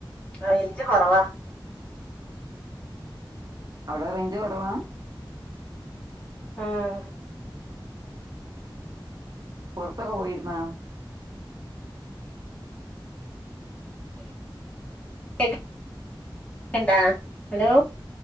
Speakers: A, on the left (about 15°); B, on the right (about 50°).
A: റെയ്ഞ്ച് കൊറവാ
B: അവടെ റെയ്ഞ്ച് കൊറവാ
A: ആഹ്
B: പുറത്തൊക്കെ പോയിരുന്നാ
A: <unintelligible> എന്താ ന്തോ